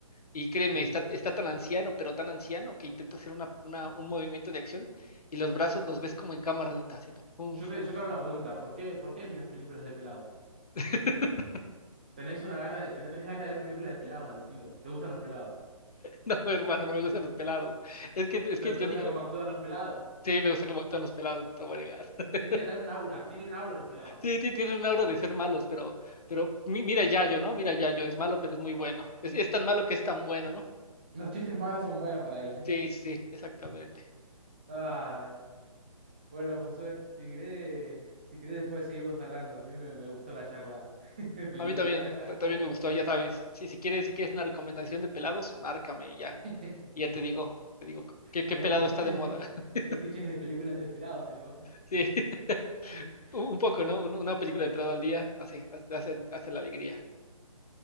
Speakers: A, on the left; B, on the right.
A: Y créeme,
B: Sí.
A: está, está tan anciano, pero tan anciano, que intenta hacer una, una- un movimiento de acción y los brazos los ves como en cámara lenta, haciendo fum,
B: Yo
A: fum,
B: te, yo te hago
A: fum.
B: una pregunta, ¿por qué, por qué miras películas de pelados?
A: <laughs>
B: ¿Tenés una gana de, tenés, tenés ganas de ver películas de pelados del estilo? ¿Te gustan los pelados?
A: No, hermano, no me gustan los pelados. Es que, es
B: ¿Pero
A: que yo
B: te gusta
A: dije,
B: cómo actúan los pelados? <laughs>
A: sí, me gusta cómo actúan los pelados, no te voy a negar. <laughs>
B: Es que dan un aura, tienen un aura los pelados.
A: Sí, ti- tienen un aura de ser malos, pero, pero mi- mira Yayo, ¿no? Mira Yayo, es malo, pero es muy bueno. Es, es tan malo que es tan bueno, ¿no?
B: Los chistes malos son buenos para él.
A: Sí, sí, sí, exactamente.
B: <laughs> Ay. Bueno, Josué, si querés, si querés después seguimos hablando. A mí me, me gustó la charla <laughs> de película.
A: A mí también,
B: <laughs>
A: ta- también me gustó, ya sabes. Sí, si quieres, si quieres una recomendación de pelados, márcame y ya.
B: <laughs>
A: Y ya te digo, te digo qué, qué
B: Tener
A: pelado
B: fetiches
A: está de moda.
B: de,
A: <laughs>
B: fetiches de películas de pelados, tenemos.
A: Sí, <laughs>
B: <laughs>
A: un un poco, ¿no? Un- Una película de pelado al día hace, hace, hace la alegría.